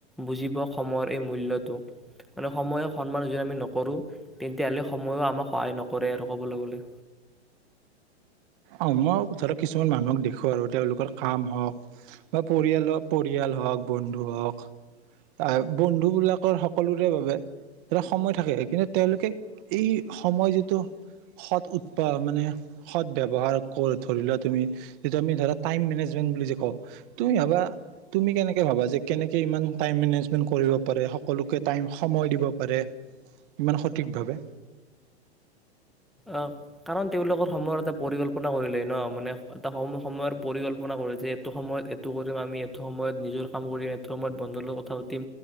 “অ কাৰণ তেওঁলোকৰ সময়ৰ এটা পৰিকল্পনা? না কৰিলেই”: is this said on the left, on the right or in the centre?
Centre